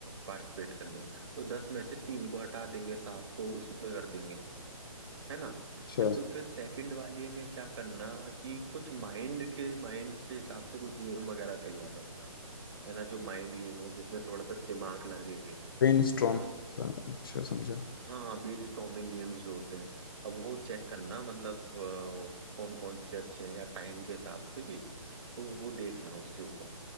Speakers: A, on the right; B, on the left.
A: पार्टिसिपेट करने तो दस में से तीन को हटा देंगे सात को उसमें कर देंगे है ना
B: अच्छा
A: फिर से- फिर सेकंड वाले में क्या करना कि कुछ माइंड के माइंड से हिसाब से कोई गेम वगैरह खिलवाना है ना जो माइंड गेम हो जिसमें थोड़ा सा दिमाग लगे
B: Brain storm
A: है ना
B: अच्छा समझा
A: हाँ बीयर स्टॉर्मिंग गेम्स जो होते हैं अब वो चेक करना मतलब कौन कौन से अच्छे हैं या टाइम के हिसाब से भी तो वो देखना उसके ऊपर